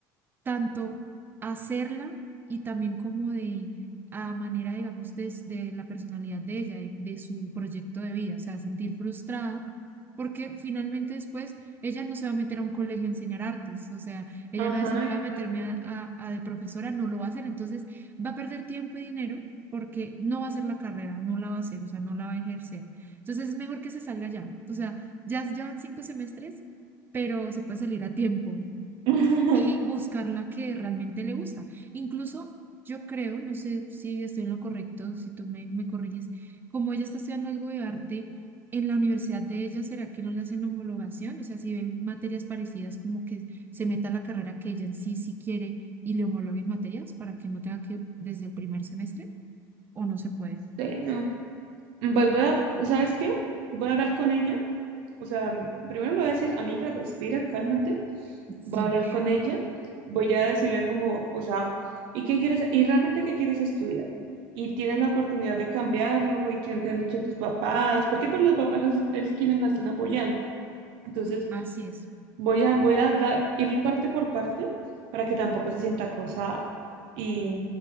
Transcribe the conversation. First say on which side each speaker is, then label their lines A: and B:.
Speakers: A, on the right; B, on the right.
A: tanto hacerla y también como de a manera, digamos, des- de, la personalidad de ella, de, de su proyecto de vida, o sea, sentir frustrada, porque finalmente después ella no se va a meter a un colegio a enseñar artes, o sea, ella
B: Ajá,
A: no va a decir, voy
B: exacto.
A: a meterme a, a- a de profesora, no lo va a hacer, entonces va a perder tiempo y dinero porque no va a hacer la carrera, no la va a hacer, o sea, no la va a ejercer. Entonces es mejor que se salga ya, o sea, ya llevan cinco semestres, pero se puede salir a tiempo
B: <laughs>
A: y buscar
B: No
A: la que realmente le gusta. Incluso yo creo, no sé si estoy en lo correcto, si tú me, me corriges, como ella está estudiando algo de arte en la universidad de ella, ¿será que no le hacen homologación? O sea, si ven materias parecidas, como que se meta a la carrera que ella en sí sí quiere y le homologuen materias para que no tenga que desde el primer semestre o no se puede.
B: sé. Pues voy a, ¿sabes qué? Voy a hablar con ella. O sea, mm, primero le voy a decir, amiga, respira, cálmate.
A: Sí,
B: Voy a hablar con ella. Voy a decirle como, o sea, ¿y qué quieres? ¿Y realmente qué quieres estudiar? Y tienes la oportunidad de cambiarlo. ¿Y quién te han dicho tus papás? Porque pues los papás las- es quienes la están apoyando. Entonces,
A: así es.
B: Voy a, voy a dar, ir parte por parte para que tampoco se sienta acosada. Y,